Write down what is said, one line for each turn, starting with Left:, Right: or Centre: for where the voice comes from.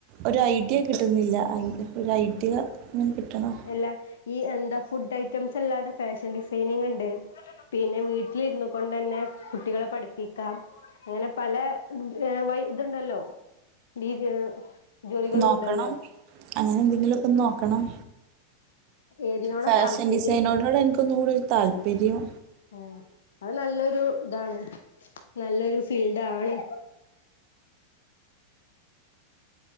Right: ഒരു ഐഡിയ കിട്ടുന്നില്ല ഐ ഒരു ഐഡിയ ങ്ങനെ കിട്ടണം
Left: എല്ലാം ഈ എന്താ ഫുഡ് ഐറ്റംസ് അല്ലാതെ ഫാഷൻ ഡിസൈനിങ് ഇണ്ട് പിന്നെ വീട്ടിലിരുന്നു കൊണ്ടന്നെ കുട്ടികളെ പഠിപ്പിക്കാം അങ്ങനെ പല വൈ ഇതുണ്ടല്ലോ രീതി ജോലികൾ
Right: നോക്കണം.
Left: ഉണ്ടല്ലോ
Right: അങ്ങനെ എന്തെങ്കിലുക്കെ നോ ക്കണം
Left: ഏതിനോടാ
Right: ഫാഷൻ
Left: താല്പര്യം
Right: ഡിസൈനോടൂടെ എനിക്കൊന്നുകൂടെ താല്പര്യം
Left: ഉം അത് നല്ലൊരു ഇതാണ് നല്ലൊരു ഫീൽഡ് ആണ്